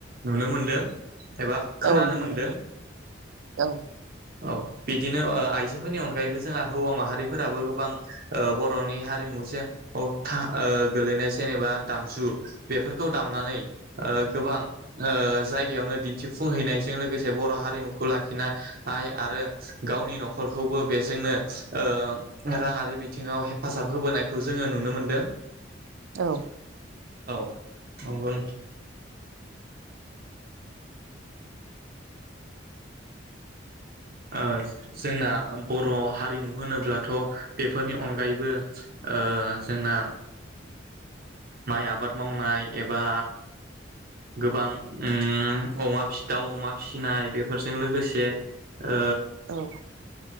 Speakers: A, on the right; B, on the right.
A: नुनो मोनदों एबा खोनानो
B: औ नंगौ
A: मोनदों
B: नोंथां औ
A: औ बि दिनो आइ जोफोरनि अनगायैबो जोंहा हौवा माहारिफोराबो गोबां ओ बर'नि हारिमुजों ओ गोलैनाय जेनेबा दामजु बेफोरखौ दामनानै ओ गोबां ओ जायग बेयावनो दिन्थिफुंहैनायजों लोगोसे बर' हारिमुखौ लाखिनाय आरो गावनि न'खर नखरखौबो बेजोंनो ओ राङारि बिथिङाव हेफाजाब होबोनायखौ जोङो नुनो मोनदों
B: औ
A: औ नंग ओ जोंना बर' हारिमु होनोब्लाथ' बेफोरनि अनगायैबो ओ जोंना माइ आबाद मावनाय एबा गोबां उम अमा फि दावअमा फिनाय बेफोरजों लोगोसे ओ
B: औ